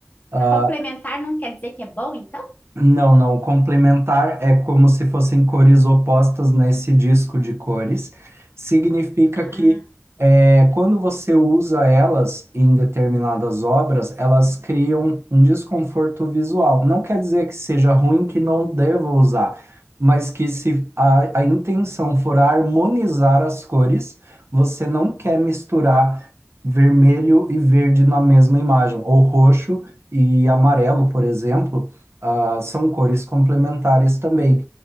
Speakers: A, on the right (about 60°); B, on the left (about 35°).
A: Ah,
B: complementar não quer dizer que é bom, então?
A: Não, não. O Complementar é como se fossem cores opostas nesse disco de cores. Significa
B: Ah,
A: que é, quando você usa elas em determinadas obras, elas criam um desconforto visual. Não quer dizer que seja ruim, que não deva usar, mas que se a, a intenção for harmonizar as cores, você não quer misturar vermelho e verde na mesma imagem, ou roxo e amarelo, por exemplo ah, são cores complementares também.